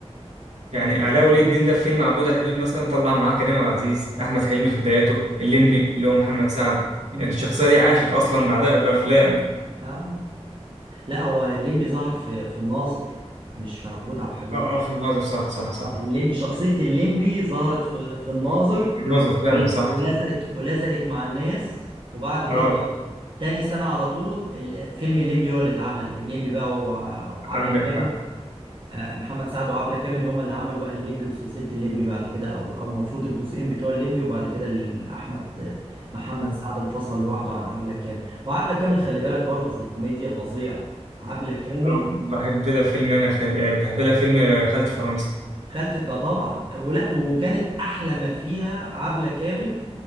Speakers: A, on the right; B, on the right.
A: يعني علاء ولي الدين ده في فيلم عبود على الحدود مثلا طلع معاه كريم عبد العزيز احمد حلمي في بداياته الليمبي اللي هو محمد سعد
B: مم.
A: يعني الشخصيه دي عاشت اصلا بعدها بافلام
B: آه. لا هو الليمبي ظهر في في الناظر مش في عبود عبد الحليم
A: اه اه في الناظر صح صح
B: آه،
A: صح
B: الليمبي شخصيه الليمبي ظهرت في في الناظر
A: الناظر فعلا
B: ول-
A: صح
B: ولزقت
A: صح
B: ولزقت مع الناس وبعد كده
A: اه
B: تاني سنة على طول ال- فيلم الليمبي هو اللي اتعمل الليمبي بقى و- وعبلة
A: عندك
B: كامل
A: حق
B: آه، محمد سعد وعبلة كامل هما اللي عملوا بقى الليمبي وسلسلة الليمبي بعد كده او او المفروض الجزئين بتوع الليمبي وبعد كده ال- احمد محمد
A: مم.
B: سعد انفصل لوحده عن عبلة كامل وعبلة كامل خلي بالك برضو في الكوميديا فظيعة عبلة كامل
A: آه، بحب لها فيلم انا خل... آه، بحب لها فيلم آه، خالة فرنسا
B: خالتي ده طبعا ولا وكانت احلى ما فيها عبلة كامل